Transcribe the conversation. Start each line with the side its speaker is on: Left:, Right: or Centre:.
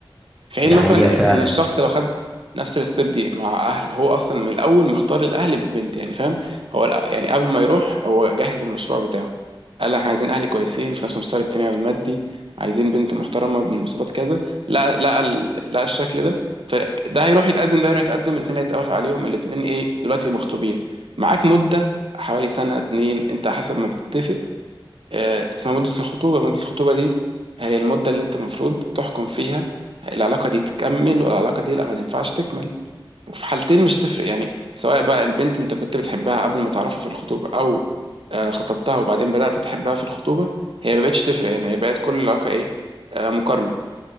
Right: في حين
Centre: ده
Right: مثلا
Centre: حقيقة فعلا
Right: ان الشخص لو خد نفس الستيب دي مع اهل هو اصلا من الاول مختار الاهل بالبنت يعني فاهم هو الأ- يعني قبل ما يروح هو جهز المشروع بتاعه قال احنا عايزين اهل كويسين في نفس المستوى الاجتماعي والمادي عايزين بنت محترمه بمواصفات كذا لا لا ال- لا الشكل ده فده هيروح يتقدم ده هيروح يتقدم الاثنين هيتقف عليهم الاثنين ايه دلوقتي مخطوبين معاك مده حوالي سنه اتنين انت حسب ما بتتفق آه، اسمها مدة الخطوبة مدة الخطوبة دي هي المدة اللي انت المفروض تحكم فيها العلاقة دي تكمل والعلاقة دي لا ما تنفعش تكمل وفي حالتين مش تفرق يعني سواء بقى البنت انت كنت بتحبها قبل ما تعرفها في الخطوبة او آه، خطبتها وبعدين بدأت تحبها في الخطوبة هي ما بقتش تفرق يعني هي بقت كل علاقة ايه آه، مقارنة